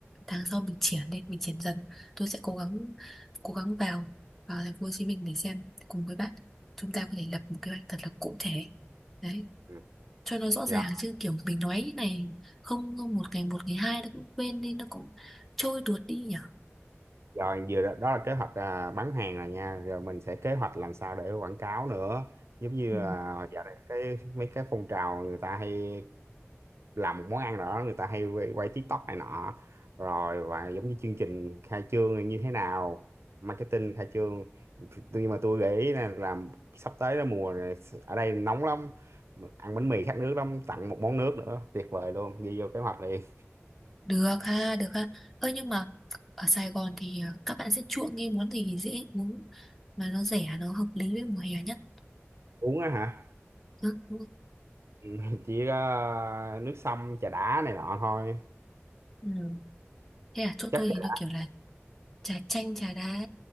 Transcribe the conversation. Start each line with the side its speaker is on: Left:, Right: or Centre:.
Centre: tháng sau mình triển lên mình triển dần tôi sẽ cố gắng cố gắng vào vào thành phố Hồ Chí Minh để xem cùng với bạn chúng ta có thể lập một kế hoạch thật là cụ thể đấy
Right: Ừ.
Centre: cho nó rõ ràng
Right: dạ
Centre: chứ kiểu mình nói như này không không một ngày một ngày hai nó cũng quên đi nó cũng trôi tuột đi nhỉ
Right: rồi vừa đó, đó là kế hoạch à, bán hàng rồi nha rồi mình sẽ kế hoạch làm sao để quảng cáo nữa giống như
Centre: ừ.
Right: là giờ này cái mấy cái phong trào người ta hay làm một món ăn nào đó người ta hay quay, quay TikTok này nọ rồi và giống như chương trình khai trương như thế nào marketing khai trương tuy mà tôi nghĩ là làm sắp tới là mùa này ở đây nóng lắm ăn bánh mì khát nước lắm tặng một món nước nữa tuyệt vời luôn ghi vô kế hoạch liền
Centre: được ha được ha ơ nhưng mà ở Sài Gòn thì ờ, các bạn sẽ chuộng cái món gì dễ uống mà nó rẻ nó hợp lý với mùa hè nhất
Right: <laughs> uống á hả
Centre: ừ.
Right: Ừ, <laughs> chỉ có nước sông trà đá này nọ thôi
Centre: ừ. Thế à, chỗ
Right: chắc
Centre: tôi
Right: chắn
Centre: thì nó kiểu là trà chanh, trà đá,